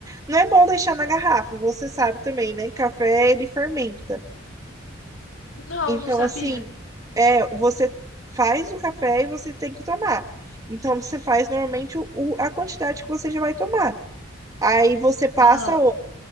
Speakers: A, on the right; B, on the left.
A: não é bom deixar na garrafa. Você sabe também, né? Café ele fermenta.
B: Não,
A: Então,
B: não sabia.
A: assim, é, você faz o café e você tem que tomar. Então, você faz normalmente o, o- a quantidade que você já vai tomar. Aí você passa
B: Aham.